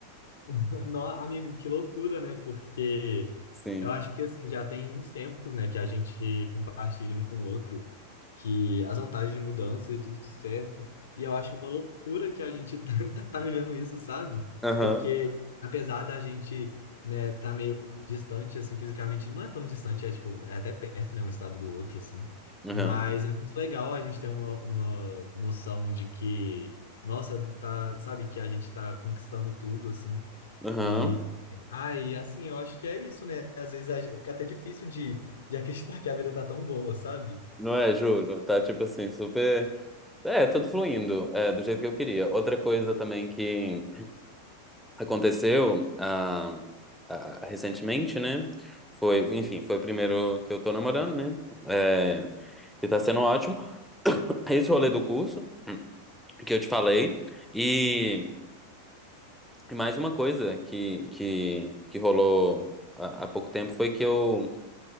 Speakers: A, on the left; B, in the centre.
A: <laughs> No- amigo, que loucura, né? Porque
B: Sim.
A: eu acho que assim, já tem uns tempos, né, que a gente compartilha um com o outro, que as vantagens de mudança e tudo certo. E eu acho uma loucura que a gente <laughs> tá vivendo isso, sabe?
B: Aham.
A: Porque apesar da gente, né, tá meio distante, assim, fisicamente, não é tão distante, é tipo, é até perto, né, um estado do outro, assim.
B: Aham.
A: Mas é muito legal a gente ter uma, uma noção de que, nossa, tá, sabe, que a gente tá conquistando tudo, assim.
B: Aham.
A: E aí, assim, eu acho que é isso, né? Às vezes a gen- fica até difícil de, de acreditar que a vida tá tão boa, sabe?
B: Não é, juro. Tá tipo assim, super. É, tudo fluindo, é, do jeito que eu queria. Outra coisa também que aconteceu ah, ah, recentemente, né? Foi, enfim, foi o primeiro que eu tô namorando, né? É, e tá sendo ótimo. <laughs> Esse rolê do curso. que eu te falei. E, e mais uma coisa que, que, que rolou há, há pouco tempo foi que eu,